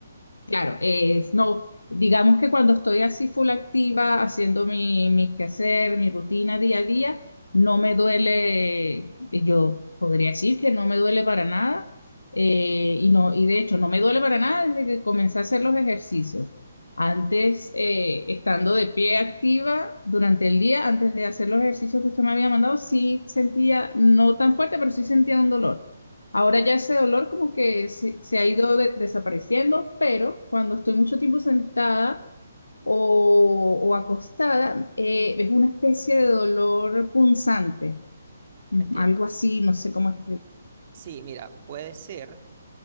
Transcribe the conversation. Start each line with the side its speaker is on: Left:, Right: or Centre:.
Left: Claro, es, no, digamos que cuando estoy así full activa, haciendo mi, mi quehacer, mi rutina día a día, no me duele, eh, yo podría decir que no me duele para nada, eh, y no, y de hecho no me duele para nada desde que comencé a hacer los ejercicios. Antes, eh, estando de pie activa durante el día, antes de hacer los ejercicios que usted me había mandado, sí sentía, no tan fuerte, pero sí sentía un dolor. Ahora ya ese
Right: Perfecto,
Left: dolor como que se, se ha ido de- desapareciendo, pero cuando estoy mucho tiempo sentada o, o acostada, eh, es una especie de dolor punzante, mm,
Right: entiendo.
Left: algo así, no sé cómo es
Right: Sí, mira, puede ser.